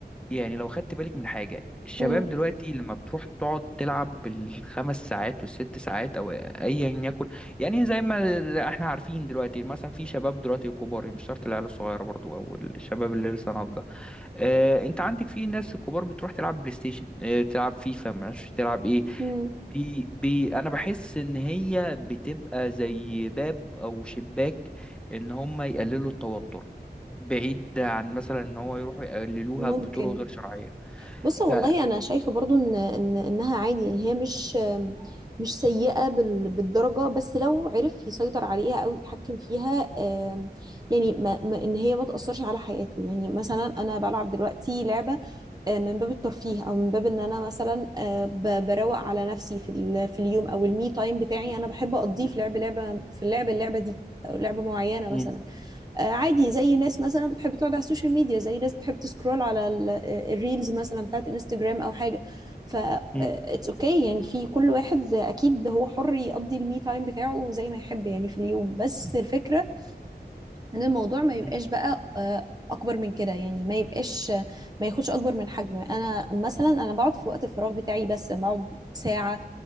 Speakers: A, in the centre; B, on the right (about 20°).
A: يعني لو خدت بالك من حاجة الشباب
B: مم.
A: دلوقتي لما بتروح تقعد تلعب بالخمس ساعات والست ساعات أو أيا يكن يعني زي ما ال- احنا عارفين دلوقتي مثلا في شباب دلوقتي كبار مش شرط العيال الصغيرة برضو أو الشباب اللي لسه ناضجة آه، انت عندك في ناس الكبار بتروح تلعب بلاي ستيشن آه، تلعب فيفا معرفش تلعب ايه
B: مم.
A: بي بي انا بحس ان هي بتبقى زي باب او شباك ان هم يقللوا التوتر بعيد عن مثلا ان هو يروحوا يقللوها
B: ممكن
A: بطرق غير شرعية
B: بص والله
A: ف
B: انا شايفه برضو ان ان انها عادي يعني هي مش مش سيئه بال- بالدرجه بس لو عرف يسيطر عليها او يتحكم فيها آم، يعني ما ما- ان هي ما تاثرش على حياته يعني مثلا انا بلعب دلوقتي لعبه آه، من باب الترفيه او من باب ان انا مثلا آه، ب- بروق على نفسي في ال- في اليوم او المي تايم بتاعي انا بحب اقضيه في لعب لعبه في اللعبه اللعبه دي او لعبه معينه
A: مم.
B: مثلا آه، عادي زي ناس مثلا بتحب تقعد على السوشيال ميديا زي ناس بتحب تسكرول على ال- آه، الريلز مثلا بتاعت انستجرام او حاجه ف
A: مم.
B: اتس اوكي يعني في كل واحد اكيد هو حر يقضي المي تايم بتاعه زي ما يحب يعني في اليوم بس الفكره ان الموضوع ما يبقاش
A: مم.
B: بقى آه، اكبر من كده يعني ما يبقاش ما ياخدش اكبر من حجمه انا مثلا انا بقعد في وقت الفراغ بتاعي بس بقعد ساعه